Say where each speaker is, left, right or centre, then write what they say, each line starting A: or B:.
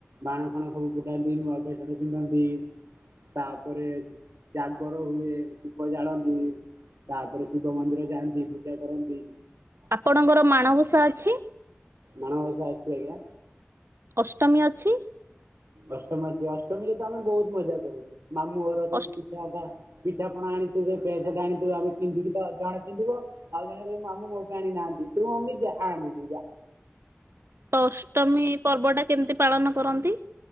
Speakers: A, on the right (about 85°); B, on the right (about 70°).
A: ବାଣ ଫାଣ ସବୁ ଫୁଟାନ୍ତି ନୂଆ ପ୍ୟାଣ୍ଟ ସାର୍ଟ ପିନ୍ଧନ୍ତି। ତାପରେ ଜାଗର ହୁଏ ଦୀପ ଜାଳନ୍ତି। ତାପରେ ଶିବ ମନ୍ଦିର ଯାଆନ୍ତି ପୂଜା କରନ୍ତି।
B: ଆପଣଙ୍କର ମାଣବୂଷା ଅଛି।
A: ମାଣବସା ଅଛି ଆଜ୍ଞା
B: ଅଷ୍ଟମୀ ଅଛି।
A: ଅଷ୍ଟମୀ ଅଛି ଅଷ୍ଟମୀରେ ତ ଆମେ ବହୁତ ମଜା କରୁ ମାମୁ ଘର ସବୁ
B: ଅଷ୍ଟ
A: କି ଟା ପିଠାପଣା ଆଣିଥିବେ ପେସଟା ଆଣିଥିବେ ଆମେ ପିନ୍ଧିକି ତ ଜଣେ ପିନ୍ଧିବ ଆଉ ଜଣେ କହିବ ମାମୁ ମୋ ବି ଆଣିନାହାନ୍ତି ତୁ ମମି ଯା ଆଣିବୁ ଯା
B: ତ ଅଷ୍ଟମୀ ପର୍ବ ଟା କେମିତି ପାଳନ କରନ୍ତି?